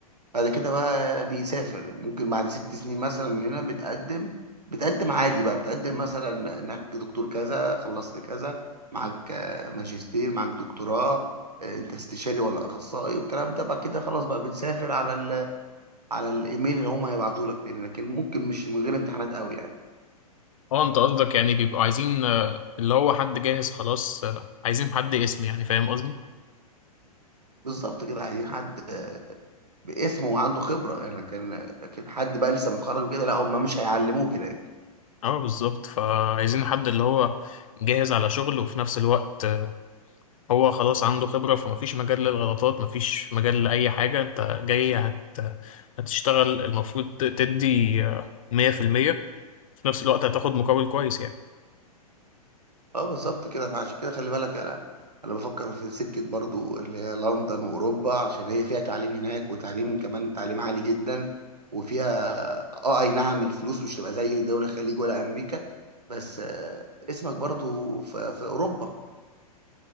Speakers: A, on the right; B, on the left.
A: بعد كده بقى بيسافر ممكن بعد ست سنين مثلا من هنا بتقدم بتقدم عادي بقى بتقدم مثلا انك دكتور كذا خلصت كذا معاك آه، ماجستير معاك دكتوراه آه، انت استشاري ولا اخصائي والكلام ده بقى كده خلاص بقى بتسافر على ال... على الايميل اللي هم هيبعتوا لك تاني لكن ممكن مش من غير امتحانات قوي يعني
B: اه انت قصدك يعني بيبقوا عايزين آه، اللي هو حد جاهز خلاص آه، عايزين حد اسم يعني فاهم قصدي؟
A: بالظبط كده عايزين حد آه، باسمه وعنده خبرة يعني كان لكن لكن حد بقى لسه متخرج وكده لا هم مش هيعلموه كده
B: اه بالظبط فعايزين حد اللي هو جاهز على شغل وفي نفس الوقت هو خلاص عنده خبرة فمفيش مجال للغلطات مفيش مجال لأي حاجة انت جاي هت... هتشتغل المفروض تدي مية في المية في نفس الوقت هتاخد مقابل كويس يعني
A: اه بالظبط كده فعشان كده خلي بالك انا انا بفكر في سكه برضو اللي هي لندن واوروبا علشان هي فيها تعليم هناك وتعليم كمان تعليم عالي جدا وفيها اه اي نعم الفلوس مش تبقى زي دول الخليج ولا امريكا بس آه، اسمك برضو في, في اوروبا